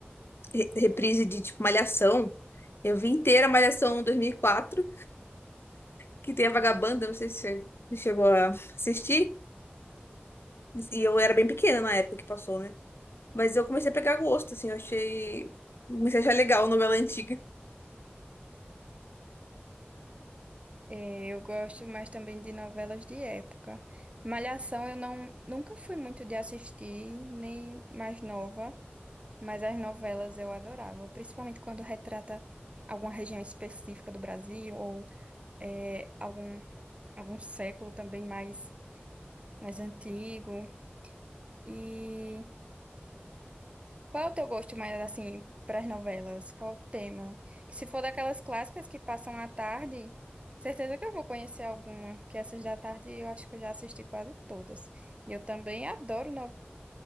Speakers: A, on the left; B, on the right.
A: re- reprise de, tipo, Malhação. Eu vi inteira Malhação 2004 que tem a Vagabanda, não sei se você você chegou a assistir. E eu era bem pequena na época que passou, né? Mas eu comecei a pegar gosto, assim, eu achei... Comecei a achar legal novela antiga.
B: É, eu gosto mais também de novelas de época. Malhação eu não, nunca fui muito de assistir, nem mais nova. Mas as novelas eu adorava, principalmente quando retrata alguma região específica do Brasil ou eh, algum, algum século também mais, mais antigo. E qual é o teu gosto mais assim para as novelas? Qual o tema? Se for daquelas clássicas que passam à tarde, certeza que eu vou conhecer alguma, que essas da tarde eu acho que eu já assisti quase todas. E eu também adoro novelas.